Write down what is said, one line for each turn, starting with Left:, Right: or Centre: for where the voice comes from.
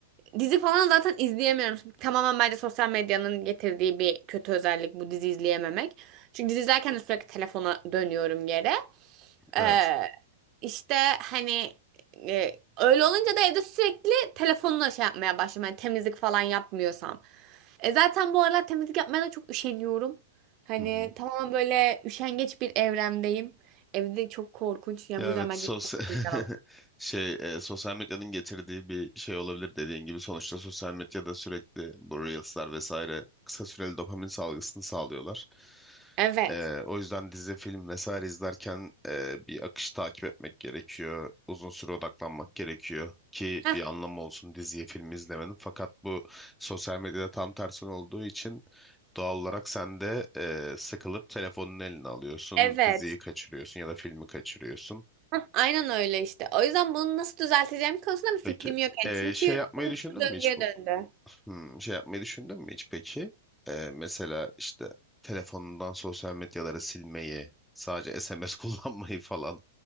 Right: Dizi falan zaten izleyemiyorum. Tamamen bence sosyal medyanın getirdiği bir kötü özellik bu dizi izleyememek. Çünkü dizi izlerken de sürekli telefona dönüyorum yere. Ee,
Centre: Evet.
Right: işte hani e, öyle olunca da evde sürekli telefonla şey yapmaya başlıyorum. Hani temizlik falan yapmıyorsam. E zaten bu aralar temizlik yapmaya da çok üşeniyorum. Hani
Centre: <laughs>
Right: tamamen böyle üşengeç bir evremdeyim. Evde çok korkunç. Yani
Centre: Ya
Right: bu yüzden
Centre: evet
Right: bence
Centre: sosyal
Right: çok
Centre: <laughs>
Right: temizlik alalım.
Centre: şey e, sosyal medyanın getirdiği bir şey olabilir dediğin gibi sonuçta sosyal medyada sürekli bu Reels'lar vesaire kısa süreli dopamin salgısını sağlıyorlar.
Right: Evet.
Centre: E, o yüzden dizi, film vesaire izlerken e, bir akış takip etmek gerekiyor. Uzun süre odaklanmak gerekiyor ki
Right: Heh,
Centre: bir anlamı olsun diziyi, filmi izlemenin. Fakat bu sosyal medyada tam tersi olduğu için doğal olarak sen de e, sıkılıp telefonun eline alıyorsun,
Right: evet.
Centre: diziyi kaçırıyorsun ya da filmi kaçırıyorsun.
Right: Hah, aynen öyle işte. O yüzden bunu nasıl düzelteceğim konusunda bir fikrim
Centre: Peki.
Right: yok yani.
Centre: Ee,
Right: Çünkü
Centre: şey yapmayı
Right: bu
Centre: düşündün
Right: bir döngüye
Centre: mü hiç bu?
Right: döndü.
Centre: Hmm, şey yapmayı düşündün mü hiç peki? Ee, mesela işte telefonundan sosyal medyaları silmeyi, sadece <laughs> SMS kullanmayı falan